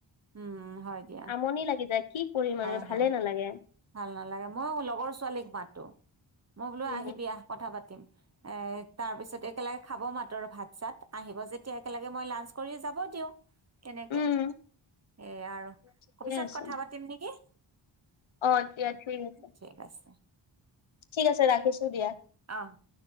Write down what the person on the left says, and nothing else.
আমনি লাগি যায়। কি কৰিম
আৰু,
ভালে নালাগে।
উম
উম
ঠিকে
আছে
অ' দিয়া, ঠিক আছে।
ঠিক আছে, ৰাখিছোঁ দিয়া।